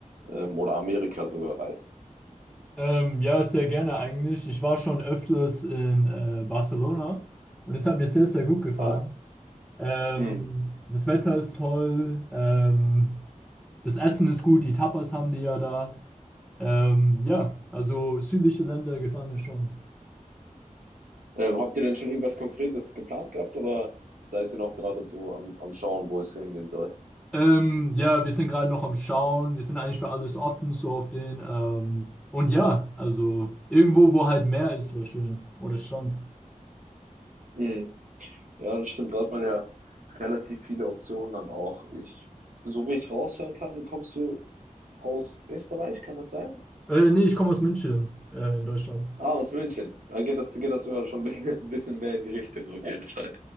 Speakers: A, on the right; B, in the centre.
A: ähm, oder Amerika sogar reist.
B: Ähm, ja, sehr gerne eigentlich. Ich war schon öfters in äh, Barcelona und es hat mir sehr, sehr gut gefallen.
A: Ah,
B: Ähm,
A: mhm.
B: das Wetter ist toll. Ähm, das Essen ist gut. Die Tapas haben die ja da. Ähm, ja, also südliche Länder gefallen mir schon.
A: Ähm, habt ihr denn schon irgendwas Konkretes geplant gehabt oder seid ihr noch gerade so am, am Schauen, wo es hingehen soll?
B: Ähm, ja, wir sind gerade noch am Schauen. Wir sind eigentlich für alles offen, so auf den. Ähm, und ja, also irgendwo, wo halt Meer ist, wäre schön. Oder Strand.
A: Mhm. Ja, das stimmt. Da hat man ja relativ viele Optionen dann auch. Ich, so wie ich raushören kann, kommst du aus Österreich, kann das sein?
B: Äh, nee, ich komme aus München, äh, in Deutschland.
A: Ah, aus München. Dann geht das, geht das sogar schon ein bisschen, <laughs> ein bisschen mehr in die Richtung auf jeden Fall.